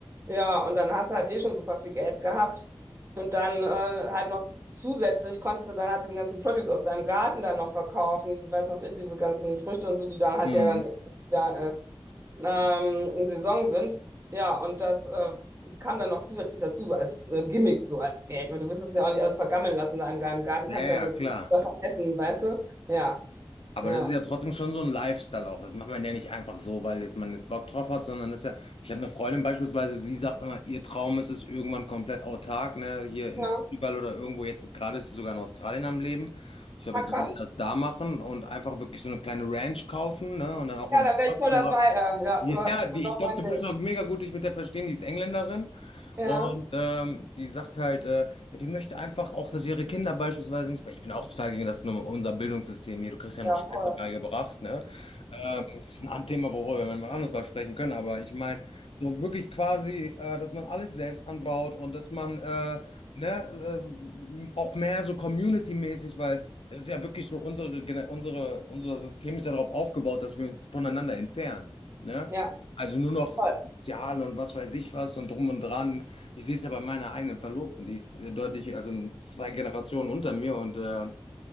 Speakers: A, on the right; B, on the left.
A: Ja, und dann hast du halt eh schon super viel Geld gehabt. Und dann äh, halt noch z- zusätzlich konntest du dann halt diesen ganzen Produce aus deinem Garten dann noch verkaufen, weiß was ich, diese ganzen Früchte und so, die dann halt
B: Mhm.
A: ja dann ja, äh, ähm, in Saison sind. Ja, und das äh, kam dann noch zusätzlich dazu, so als äh, Gimmick, so als Geld. Weil Du willst es ja auch nicht alles vergammeln lassen da im geheimen Garten.
B: Ja,
A: Du kannst
B: ja,
A: ja auch nur
B: klar.
A: so davon essen, weißt du? Ja,
B: Aber
A: ja.
B: das ist ja trotzdem schon so ein Lifestyle auch. Das macht man ja nicht einfach so, weil jetzt man jetzt Bock drauf hat, sondern das ist ja, ich habe eine Freundin beispielsweise, sie sagt immer, ihr Traum ist es irgendwann komplett autark, ne, hier in
A: Ja,
B: Portugal oder irgendwo, jetzt gerade ist sie sogar in Australien am Leben. Ich glaube,
A: ah,
B: jetzt
A: krass.
B: will sie das da machen und einfach wirklich so eine kleine Ranch kaufen, ne, und dann auch mit
A: Ja, da wäre ich voll
B: Leuten.
A: dabei. Ja, ja,
B: Ja,
A: aber das
B: die,
A: ist auch
B: ich glaube,
A: mein
B: du
A: Ding.
B: würdest auch mega gut dich mit der verstehen, die ist Engländerin
A: Ja,
B: und ähm, die sagt halt, äh, ja, die möchte einfach auch, dass ihre Kinder beispielsweise nicht, weil ich bin auch total gegen das nur unser Bildungssystem hier, du kriegst ja
A: ja,
B: nur Scheiße
A: voll.
B: beigebracht, ne? Ähm, das ist ein Thema, worüber wir mal anders mal sprechen können, aber ich meine, so wirklich quasi, äh, dass man alles selbst anbaut und dass man äh, ne, äh, auch mehr so community-mäßig, weil es ist ja wirklich so, unsere, Gene- unsere, unser System ist ja darauf aufgebaut, dass wir uns voneinander entfernen, ne?
A: Ja,
B: Also nur noch
A: voll.
B: sozial und was weiß ich was und drum und dran. Ich sehe es ja bei meiner eigenen Verlobten, die ist deutlich, also zwei Generationen unter mir und äh,